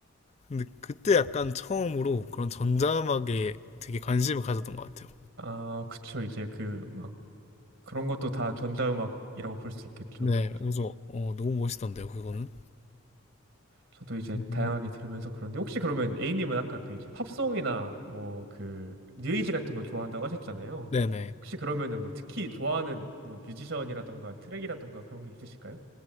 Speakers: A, on the left; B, on the right.
A: 근데 그때 약간 처음으로 그런 전자음악에 되게 관심을 가졌던 것 같아요.
B: 아, 그쵸. 이제 그막 그런 것도 다 전자음악이라고 볼 수 있겠죠.
A: 네, 그래서 어, 너무 멋있던데요, 그거는.
B: 저도 이제
A: 음.
B: 다양하게 들으면서 그런데 혹시 그러면 A님은 아까 그 이제 팝송이나 뭐 그 뉴에이지 같은 거 좋아한다고 하셨잖아요.
A: 네네.
B: 혹시 그러면은 뭐 특히 좋아하는 뭐 뮤지션이라던가 트랙이라던가 그런 게 있으실까요?